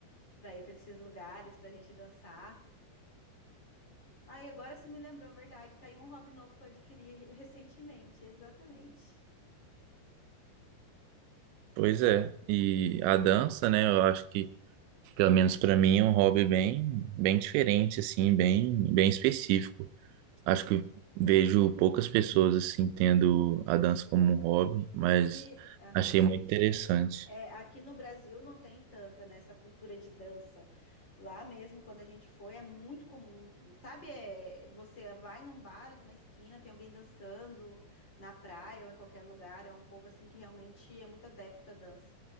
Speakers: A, on the left; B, on the right.
A: pra ir pra esses lugares, pra gente dançar. Ah, e agora você me lembrou, a verdade. Tá aí um hobby novo que eu adquiri recentemente, exatamente.
B: Pois é, e a dança, né, eu acho que pelo menos para mim é um hobby bem bem diferente assim, bem bem específico. Acho que vejo poucas pessoas assim tendo a dança como um hobby, mas
A: E, aham.
B: achei muito interessante.
A: É, aqui no Brasil não tem tanta, né, essa cultura de dança. Lá mesmo, quando a gente foi, é muito comum. Sabe, é, você vai num bar, ou numa esquina, tem alguém dançando na praia ou em qualquer lugar. É um povo assim que realmente é muito adepto à dança.